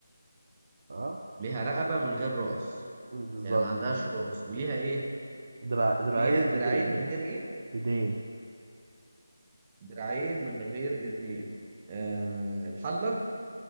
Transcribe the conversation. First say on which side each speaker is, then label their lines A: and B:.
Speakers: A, on the right (about 50°); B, on the right (about 25°).
A: اه
B: ليها رقبة من غير راس
A: بالظبط
B: يعني ما عندهاش راس وليها ايه
A: دراع
B: وليها
A: دراعين
B: دراعين
A: من غير ايدين
B: من غير ايه
A: ايدين
B: دراعين من غير ايدين آه الحلة